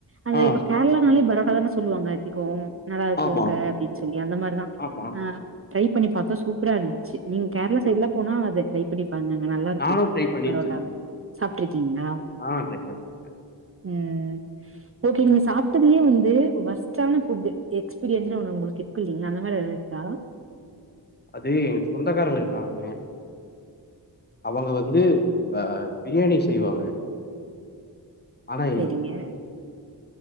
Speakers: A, on the right; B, on the left.
A: அந்த
B: ஆ,
A: இப்ப கேரளனாலே பரோட்டா தான சொல்லுவாங்க அதிகோம் நல்லா இருக்கும்
B: ஆமா,
A: அங்க அப்டின்னு சொல்லி அந்த மாரிதான்
B: ஆமா.
A: அ ட்ரை பண்ணி பாத்தா சூப்பரா இருந்துச்சு நீங்க கேரளா
B: ம்.
A: சைடுலா போனா அது ட்ரை பண்ணி பாருங்கங்க அங்க நல்லா இருக்கும்
B: நானும் ட்ரை பண்ணியிருக்கேங்க.
A: பரோட்டா சாப்ட்டுருக்கீங்களா
B: ஆ ட்ரை ட்ரை பண்ணிருக்கன்
A: ம் ஓகேங்க சாப்ட்டதுலயே வந்து வர்ஸ்ட்டான ஃபுட் எக்ஸ்பீரியன்ஸ்னு ஒன்னு உங்ளுக்கு இருக்கு இல்லீங்ளா அந்த மாரி எதாது இருக்கா
B: அது எங்க சொந்தக்காரங்க இருக்காங்க அவங்க வந்து அ பிரியாணி செய்வாங்க ஆனா
A: செரிங்க